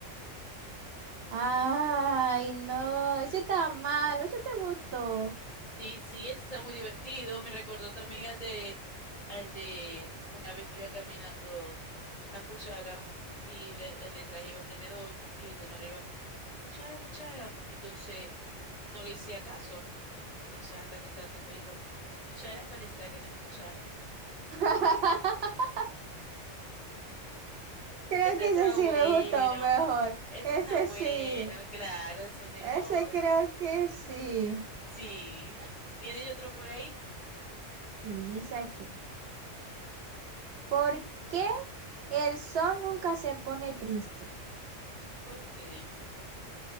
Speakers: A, on the right (about 65°); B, on the left (about 45°).
A: Ay, no, ese está malo, ese te gustó.
B: Sí, sí, ese está muy divertido. Me recordó también al de, al de una vez que iba caminando la cuchara y le, detrás iba el tenedor y el tenedor iba, cuchara, cuchara. Entonces no le hacía caso Entonces, hasta que se le acercó y dijo, escuchara, pareciera que no escuchara.
A: <laughs> Creo
B: Ese
A: que
B: está
A: ese sí
B: bueno,
A: me gustó mejor.
B: ese
A: Ese
B: está bueno,
A: sí,
B: claro, ese es mejor.
A: ese creo que sí.
B: Sí, ajá. ¿tiene otro por ahí?
A: Y dice aquí, ¿por qué el sol nunca se pone triste?
B: ¿Por qué?